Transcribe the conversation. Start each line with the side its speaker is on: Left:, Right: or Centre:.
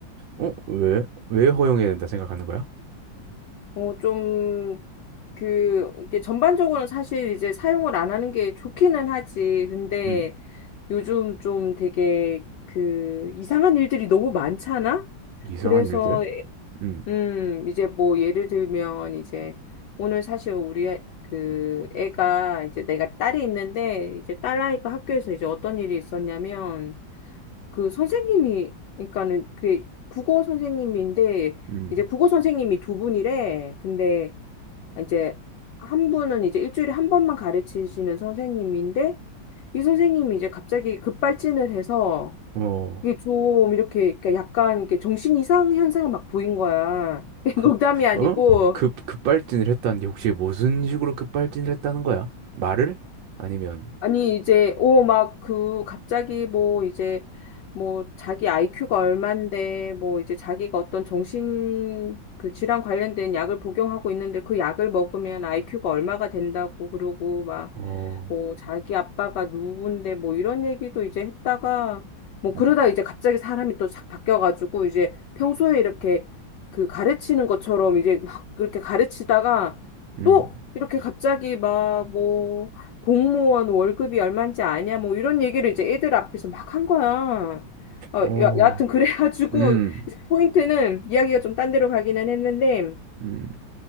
Right: 어? 왜? 왜 허용해야 된다 생각하는 거야?
Left: 어, 좀, 그, 이게 전반적으로는 사실 이제 사용을 안 하는 게 좋기는 하지. 근데
Right: 음,
Left: 요즘 좀 되게 그 이상한 일들이 너무 많잖아?
Right: 이상한
Left: 그래서
Right: 일들? 음.
Left: 음, 이제 뭐 예를 들면 이제 오늘 사실 우리 애- 그 애가 이제 내가 딸이 있는데 이제 딸아이가 학교에서 이제 어떤 일이 있었냐면 그 선생님이 그러니까는 그 국어 선생님인데
Right: 음.
Left: 이제 국어 선생님이 두 분이래. 근데 이제 한 분은 이제 일주일에 한 번만 가르치시는 선생님인데 이 선생님이 이제 갑자기 급발진을 해서
Right: 어, 어,
Left: 이게 좀 이렇게 그러니까 약간 이렇게 정신 이상 현상을 막 보인 거야. <laughs>
Right: 그,
Left: 농담이 아니고
Right: 어? 급, 급발진을 했다는데 혹시 무슨 식으로 급발진을 했다는 거야? 말을? 아니면,
Left: 아니, 이제, 오, 막, 그, 갑자기 뭐, 이제, 뭐, 자기 IQ가 얼만데, 뭐, 이제 자기가 어떤 정신, 그 질환 관련된 약을 복용하고 있는데, 그 약을 먹으면 IQ가 얼마가 된다고, 그러고, 막,
Right: 어,
Left: 뭐, 자기 아빠가 누군데, 뭐, 이런 얘기도 이제 했다가, 뭐,
Right: 음,
Left: 그러다 이제 갑자기 사람이 또 싹 바뀌어가지고, 이제 평소에 이렇게 그 가르치는 것처럼 이제 막, 그렇게 가르치다가,
Right: 음,
Left: 또, 이렇게 갑자기 막, 뭐, 공무원 월급이 얼마인지 아냐 뭐 이런 얘기를 이제 애들 앞에서 막 한 거야. 어,
Right: 어,
Left: 여, 여하튼 <laughs> 그래가지고
Right: 음,
Left: 이제 포인트는 이야기가 좀 딴 데로 가기는 했는데
Right: 음.